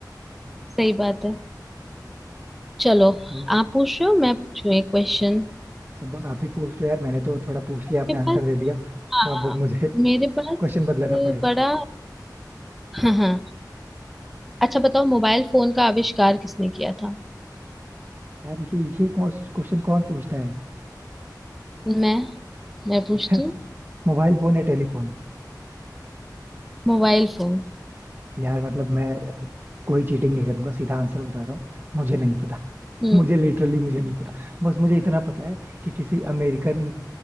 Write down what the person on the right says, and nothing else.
तो
अब आप ही पूछ लो यार मैंने तो थोड़ा पूछ
लिया आपने आंसर
दे दिया
तो अब मुझे
क्वेश्चन
बदलना
पड़ेगा
यार ये ये क्वेश्चन कौन क्वेश्चन कौन पूछता है
<laughs> यार
मोबाइल फोन या टेलीफोन
यार मतलब मैं कोई चीटिंग नहीं करूंगा सीधा आंसर बता रहा हूँ मुझे नहीं पता <laughs>
मुझे लिटरली मुझे नहीं पता बस मुझे इतना पता है कि किसी अमेरिकन